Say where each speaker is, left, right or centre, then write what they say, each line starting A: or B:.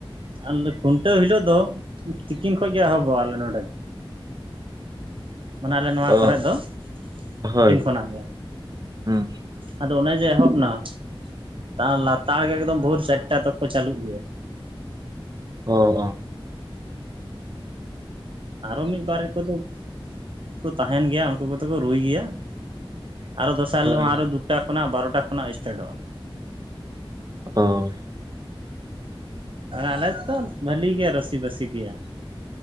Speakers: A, on the right (about 70°); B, on the right (about 45°).
A: <unintelligible> ᱠᱷᱩᱱᱴᱟᱹᱣ ᱦᱤᱞᱳᱜ ᱫᱚ ᱛᱤᱠᱤᱱ ᱠᱷᱚᱡ ᱜᱮ ᱮᱦᱚᱵᱚᱜᱼᱟ ᱟᱞᱮ ᱱᱚᱸᱰᱮ ᱢᱟᱱᱮ ᱟᱞᱮ ᱱᱚᱣᱟ
B: ᱚ
A: ᱠᱚᱨᱮᱫ ᱫᱚ
B: ᱚ ᱦᱳᱭ
A: ᱛᱤᱠᱤᱱ ᱠᱷᱚᱱᱟᱜ ᱜᱮ
B: ᱦᱩᱸ
A: ᱟᱫᱚ ᱚᱱᱮ ᱡᱮ ᱮᱦᱚᱵ ᱱᱟ <unintelligible> <unintelligible> <unintelligible> ᱪᱟᱹᱞᱩᱜ ᱜᱮᱭᱟ
B: ᱚ ᱚ
A: ᱟᱨ ᱚ ᱢᱤᱫ ᱵᱟᱨ ᱮ ᱠᱚ ᱫᱚ ᱠᱚ ᱛᱟᱦᱮᱱ ᱜᱮᱭᱟ ᱩᱱᱠᱩ ᱠᱚᱫᱚ ᱠᱚ ᱨᱩᱭ ᱜᱮᱭᱟ ᱟᱨᱚ ᱫᱚᱥᱟᱨ ᱦᱤᱞᱳᱜ
B: ᱦᱳᱭ
A: ᱦᱚᱸ ᱟᱨᱚ ᱫᱩᱴᱟ ᱠᱷᱚᱱᱟᱜ ᱵᱟᱨᱚ ᱴᱟ ᱠᱷᱚᱱᱟᱜ ᱤᱥᱴᱟᱴᱚᱜᱼᱟ
B: ᱚ
A: ᱟᱞᱮ ᱛᱚ ᱵᱷᱟᱹᱞᱤ ᱜᱮ ᱨᱟᱹᱥᱤ ᱵᱟᱹᱥᱤ ᱜᱤᱭᱟ